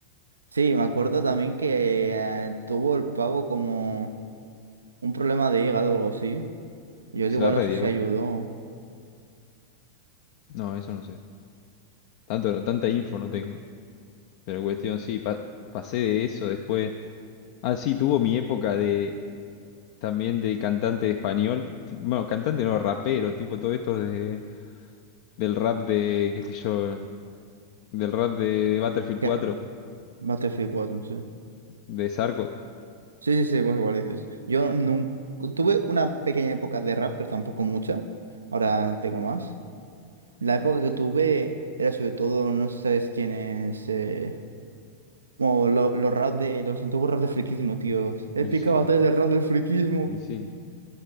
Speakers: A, on the right; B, on the left.
A: Sí, me acuerdo también que eh, tuvo el pavo como... Un problema de hígado o algo así. Yo
B: Se
A: de igual
B: la redió.
A: no sé si ayudó.
B: No, eso no sé. Tanto, tanta info no tengo. Pero cuestión, sí, pa- pasé de eso después. Ah, sí, tuvo mi época de también de cantante de español. Ti- Bueno, cantante no, rapero, tipo todo esto de, del rap de, qué sé yo, del rap de, Battlefield
A: Qué
B: 4,
A: raro. Battlefield 4 no sé.
B: de Sarco.
A: Sí, sí, sí, igual igual dices. Yo nunca... Tuve una pequeña época de rap, pero tampoco mucha. Ahora tengo más. La época que tuve era sobre todo, no sé si sabes quién es... eh, como lo- los rap de... Los antiguos rap de friquismo, tíos. Épica
B: Y sí,
A: batalla del rap del friquismo.
B: y sí.